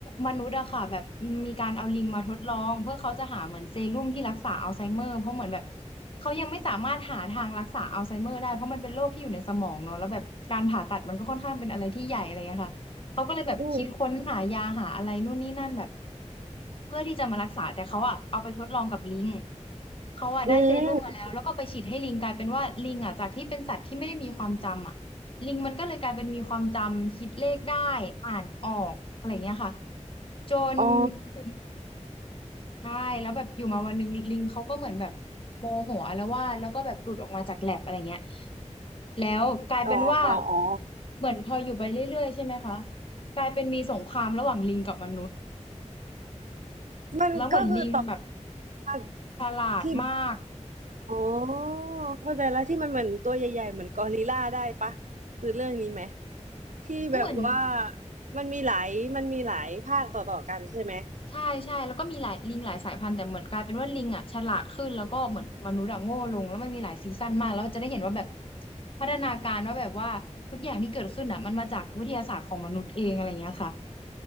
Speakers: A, on the left (about 45°); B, on the right (about 85°).
A: มนุษย์อะค่ะแบบมีการเอาลิงมาทดลองเพื่อเขาจะหาเหมือนเซรุ่มที่รักษาอัลไซเมอร์เพราะเหมือนแบบเขายังไม่สามารถหาทางรักษาอัลไซเมอร์ได้เพราะมันเป็นโรคที่อยู่ในสมองเนาะแล้วแบบการผ่าตัดมันก็ค่อนข้างเป็นอะไรที่ใหญ่อะไรเงี้ยค่ะเขาก็เลยแบบคิดค้นหายาหาอะไรนู่นนี่นั่นแบบ
B: อืม
A: เพื่อที่จะมารักษาแต่เขาอะเอาไปทดลองกับลิงเขาอะได้เซรุ่มมาแล้วแล้วก็ไปฉีดให้ลิงกลายเป็นว่าลิงอะจากที่เป็นสัตว์ที่ไม่ได้มีความจำอะ
B: อืม
A: ลิงมันก็เลยกลายเป็นมีความจำคิดเลขได้อ่านออกอะไรเงี้ยค่ะจน
B: อ๋อ
A: อยู่ใช่แล้วแบบอยู่มาวันหนึ่งลิงเขาก็เหมือนแบบโมโหอาละวาดแล้วก็แบบหลุดออกมาจากแลบอะไรเงี้ยแล้วกลายเป็นว่า
B: อ๋ออ๋ออ๋อ
A: เหมือนพออยู่ไปเรื่อยๆใช่ไหมคะกลายเป็นมีสงครามระหว่างลิงกับมนุษย์
B: มันก็คือต่อ
A: แล้วเหมือนลิงแบบ
B: จาก
A: ฉลาดมาก
B: ที่ อ๋อเข้าใจแล้วที่มันเหมือนตัวใหญ่ๆเหมือนกอริลลาได้ปะคือเรื่องนี้ไหมที่แบบว่า
A: เหมือน
B: มันมีหลายมันมีหลายภาคต่อๆกันใช่ไหม
A: ใช่ใช่แล้วก็มีหลายลิงหลายสายพันธุ์แต่เหมือนกลายเป็นว่าลิงอ่ะฉลาดขึ้นแล้วก็เหมือนมนุษย์อะโง่ลงแล้วมันมีหลายซีซั่นมากแล้วจะได้เห็นว่าแบบพัฒนาการว่าแบบว่าทุกอย่างที่เกิดขึ้นอ่ะมันมาจากวิทยาศาสตร์ของมนุษย์เองอะไรอย่างเงี้ยค่ะ